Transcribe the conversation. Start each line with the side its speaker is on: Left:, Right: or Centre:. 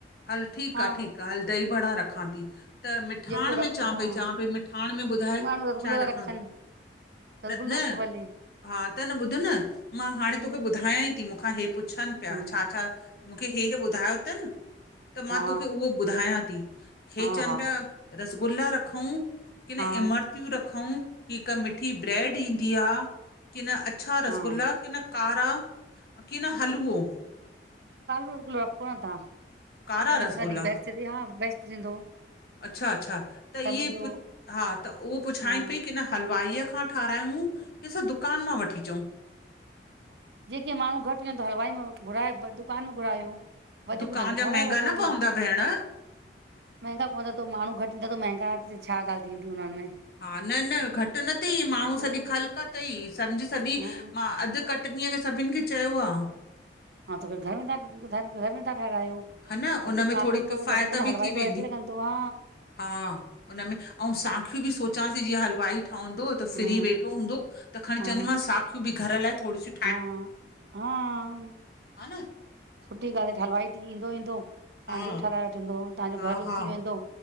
Left: हल ठीक
Right: हा
Left: आ, ठीकु आ, हल दही बड़ा रखां थी। त मिठाण
Right: जेको रखो
Left: में चवां
Right: तव्हां
Left: पई चवां पई मिठाण में ॿुधाए
Right: माण्हू रसगुला
Left: छा
Right: ता
Left: रखां
Right: रखनि। रसगुल्लो
Left: न
Right: रखो भले
Left: हा त न ॿुध न मां हाणे
Right: हम्म
Left: तोखे ॿुधायां ई की मूंखां हे पुछनि पिया
Right: हम्म
Left: छा छा मूंखे हे हे ॿुधायो तन। त मां
Right: हा
Left: तोखे उहो ॿुधायां थी हे
Right: हा
Left: चवनि
Right: हा
Left: पिया रसगुल्ला रखऊं। की न
Right: हा
Left: इमरतियूं रखऊं की हिक मिठी ब्रेड ईंदी आ की न अ अछा
Right: हा
Left: रसगुल्ला की न कारा की न हलवो
Right: कालो रसगुलो रखो न तां
Left: कारा
Right: आ म
Left: रसगुल्ला
Right: बेस्ट हा बेस्ट थींदो।
Left: अच्छा अच्छा त
Right: सभिनि
Left: इहे
Right: जो
Left: पु हा त उहो पुछाएं
Right: हा
Left: पई की न हलवाईअ खां ठारायूं की असां दुकान मां वठी अचऊं।
Right: जेके माण्हू घटि हुजनि त हलवाई में घुराए दुकान में घुरायो। वधीक
Left: दुकान
Right: हुजनि
Left: जा
Right: त ठाराए
Left: महांगा
Right: वठो।
Left: न पवंदा भेण?
Right: महांगा पवंदा त माण्हू घट ईंदा त महगा छा ॻाल्ह थींदी हुन में।
Left: हा न न घटि न तई माण्हू
Right: हा
Left: सॼी ख़लिक तई सम्झ सॼी
Right: हा
Left: मां अध कट हीअं त सभिनि खे चयो आ।
Right: हा त भ घर में था घर घर में था ठहिरायो।
Left: हा न उन
Right: अखेिर
Left: में
Right: त
Left: थोरी
Right: आखिर
Left: किफ़ायत
Right: त लॻंदा त
Left: बि
Right: हलवाई
Left: थी वेंदी।
Right: त वैसे लॻंदो हा।
Left: हा हुननम में ऐं सांखियूं बि सोचांस जीअं हलवाई -- ठहंदो त फ्री
Right: हा
Left: वेठो हूंदो त खणी
Right: हा
Left: चंदीम साखियूं बि घर लाइ थोरी --
Right: हा हा --
Left: ह न --
Right: सुठी ॻाल्ह त हलवाई ईंदो ईंदो तव्हजो
Left: हा
Right: बि ठाराए वठंदो तव्हांजो
Left: हा
Right: घर जो
Left: हा
Right: बि थी वेंदो।